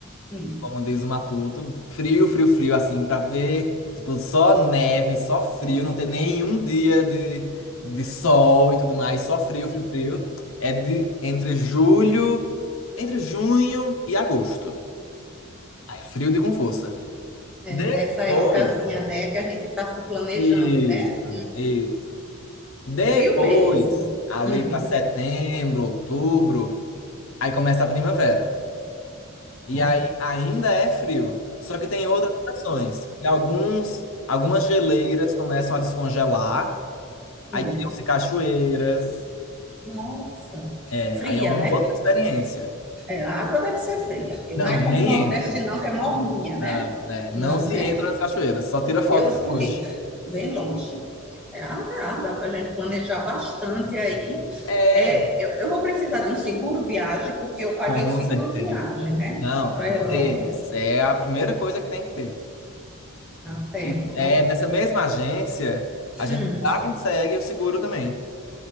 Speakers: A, in the centre; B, on the left.
A: hum.
B: como diz o Matuto. Frio, frio, frio, assim, pra ver, tipo, só neve, só frio, não ter nenhum dia de, de sol e tudo mais, só frio, frio, frio. É de entre julho, entre junho e agosto. Aí, frio de com força.
A: É
B: Depois,
A: Essa épocazinha, né, que a gente tá se planejando,
B: isso,
A: né?
B: isso. Depois,
A: Frio mesmo.
B: ali
A: Hum.
B: pra setembro, outubro, aí começa a primavera. E
A: Ó,
B: aí ainda é frio, só que tem outras estações. E alguns, algumas geleiras começam a descongelar, aí
A: Sim.
B: criam-se cachoeiras.
A: Nossa,
B: É,
A: fria,
B: aí é uma
A: né?
B: outra experiência.
A: É, a água deve ser fria, porque
B: Não,
A: não é como
B: nem
A: o Nordeste,
B: entra.
A: não, que é morninha,
B: Não,
A: né?
B: né? Não
A: Não,
B: se
A: né?
B: entra nas cachoeiras, só tira foto
A: Deus
B: depois.
A: me livre, bem longe. É, ah, dá, dá para a gente planejar bastante aí.
B: É,
A: É, eu, eu vou precisar de um seguro viagem, porque eu paguei
B: com
A: o seguro
B: certeza.
A: viagem, né?
B: Não, tem
A: Para a
B: que
A: Europa.
B: ter. Essa é a primeira coisa que tem que ter.
A: Tá certo.
B: E
A: Então,
B: é, nessa mesma agência, a gente
A: hum,
B: já consegue o seguro também.